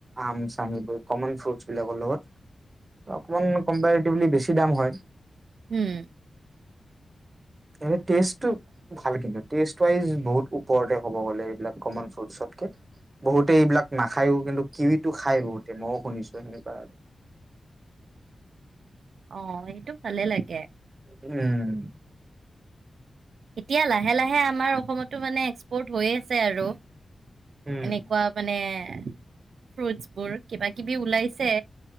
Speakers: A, on the right; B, on the right.
A: আম চাম এইবোৰ কমন ফ্ৰুটছ বিলাকৰ লগত অকমান কম্পেটিভলি বেছি দাম হয়।
B: উম
A: এ টেষ্টটো ভাল কিন্তু টেষ্ট ৱাইজ বহুত ওপৰতে ক'ব গ'লে এইবিলাক কমন ফ্ৰুইট বহুতেই এইবিলাক নাখায়ও কিন্তু কিৱিটো খাই বহুত ন শুনিছোঁ সেনেকোৱা
B: অ এইটো ভালে লাগে
A: উম
B: এতিয়া লাহে লাহে আমাৰ অসমতো মানে এক্সপৰ্ট হৈ আছে আৰু
A: উম
B: এনেকুৱা মানে ফ্ৰুটছ বোৰ কিবা কিবি ওলাইছে